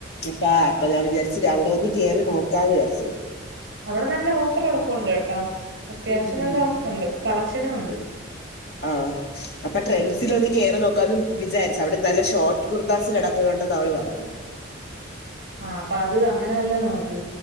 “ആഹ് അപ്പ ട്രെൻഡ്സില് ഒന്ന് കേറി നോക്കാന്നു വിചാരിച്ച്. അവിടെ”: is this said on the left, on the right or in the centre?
Left